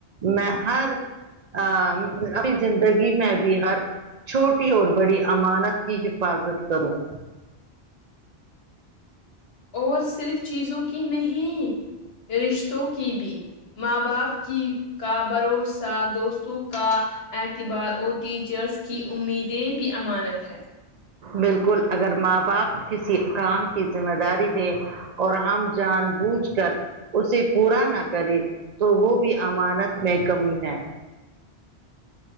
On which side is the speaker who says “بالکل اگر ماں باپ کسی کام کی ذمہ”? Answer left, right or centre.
Right